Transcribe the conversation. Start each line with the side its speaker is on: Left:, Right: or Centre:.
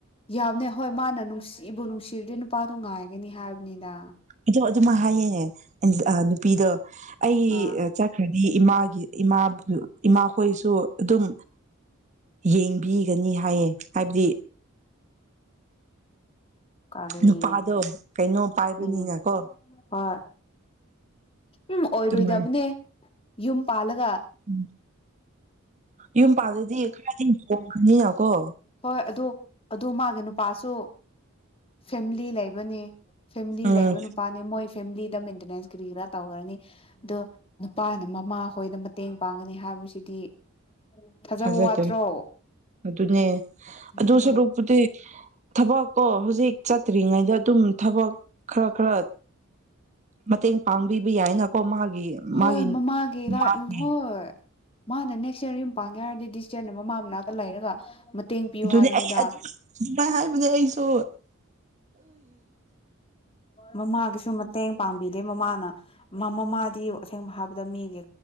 Left: ꯌꯥꯝꯅ ꯍꯣꯏ ꯃꯥꯅ ꯅꯨꯡꯁꯤꯕꯨ ꯅꯨꯡꯁꯤꯔꯗꯤ ꯅꯨꯄꯥꯗꯣ ꯉꯥꯏꯒꯅꯤ ꯍꯥꯏꯕꯅꯤꯅ
Right: ꯑꯗꯣ ꯑꯗꯨꯃ ꯍꯥꯏꯌꯦꯦꯅꯦ ꯅꯨꯄꯤꯗꯣ ꯑꯩ
Left: ꯑꯥ
Right: ꯆꯠꯈ꯭ꯔꯗꯤ ꯏꯃꯥꯒꯤ ꯏꯃꯥ ꯏꯃꯥꯈꯣꯏꯁꯨ ꯑꯗꯨꯝ ꯌꯦꯡꯕꯤꯒꯅꯤ ꯍꯥꯏꯌꯦ ꯍꯥꯏꯕꯗꯤ
Left: ꯀꯔꯦꯟ
Right: ꯅꯨꯄꯥꯗꯣ ꯀꯩꯅꯣ ꯄꯥꯏꯕꯅꯤꯅꯀꯣ
Left: ꯎꯝ ꯍꯣꯏ ꯎꯝ ꯑꯣꯏꯔꯣꯏꯗꯕꯅꯦ
Right: ꯑꯗꯨꯃꯥꯏ
Left: ꯌꯨꯝ ꯄꯥꯂꯒ
Right: ꯎꯝ ꯌꯨꯝ ꯄꯥꯟꯜꯗꯗꯤ ꯈꯔꯗꯤ ꯍꯣꯡꯉꯅꯤꯅꯀꯣ
Left: ꯍꯣꯏ ꯑꯗꯨ ꯑꯗꯨ ꯃꯥꯒꯤ ꯅꯨꯄꯥꯁꯨ ꯐꯦꯃꯤꯂꯤ ꯂꯩꯕꯅꯤ ꯐꯦꯃꯤꯂꯤ
Right: ꯎꯝ
Left: ꯂꯩꯕ ꯅꯨꯄꯥꯅꯦ ꯃꯣꯏ ꯐꯦꯃꯤꯂꯤꯗ ꯃꯦꯟꯇꯦꯅꯦꯟꯁ ꯀꯔꯤ ꯀꯔꯥ ꯇꯧꯈ꯭ꯔꯅꯤ ꯑꯗꯣ ꯅꯨꯄꯥꯅ ꯃꯃꯥ ꯍꯣꯏꯅ ꯃꯇꯦꯡ ꯄꯥꯡꯒꯅꯤ ꯍꯥꯏꯕꯁꯤꯗꯤ ꯐꯖꯕ
Right: ꯊꯥꯖꯗ꯭ꯔꯦ
Left: ꯋꯥꯠꯇ꯭ꯔꯣ
Right: ꯑꯗꯨꯅꯦ
Left: ꯑꯗꯨꯅꯦ
Right: ꯑꯗꯣꯁ ꯔꯣꯛꯄꯗꯤ ꯊꯕꯛ ꯀꯣ ꯍꯧꯖꯤꯛ ꯆꯠꯇ꯭ꯔꯤꯉꯩꯗ ꯑꯗꯨꯝ ꯊꯕꯛ ꯈꯔ ꯈꯔ ꯃꯇꯦꯡ ꯄꯥꯡꯕꯤꯕ ꯌꯥꯏꯅꯀꯣ ꯃꯥꯒꯤ
Left: ꯍꯣꯏ
Right: ꯃꯥꯒꯤ
Left: ꯃꯃꯥꯒꯤ ꯂꯥꯏ
Right: ꯃꯥꯒꯤ
Left: ꯎꯝ ꯍꯣꯏ ꯃꯥꯅ ꯅꯦꯛꯁ ꯌꯔ ꯌꯨꯝ ꯄꯥꯡꯒꯦ ꯍꯥꯏꯔꯗꯤ ꯗꯤꯁ ꯌꯔꯅ ꯃꯃꯥ ꯃꯅꯥꯛꯇ ꯂꯩꯔꯒ ꯃꯇꯦꯡ ꯄꯤꯌꯨ
Right: ꯑꯗꯨꯗꯤ
Left: ꯍꯥꯏꯕꯅꯤꯗ
Right: ꯑꯩ ꯑꯗꯨ ꯑꯗꯨꯥꯏ ꯍꯥꯏꯕ ꯑꯩ ꯁꯣ
Left: ꯃꯃꯥꯒꯤꯁꯨ ꯃꯇꯦꯡ ꯄꯥꯡꯕꯤꯗꯦ ꯃꯃꯥꯅ ꯃꯃꯥꯗꯤ ꯑꯁꯦꯡꯕ ꯍꯥꯏꯕꯗ ꯃꯤꯒꯤ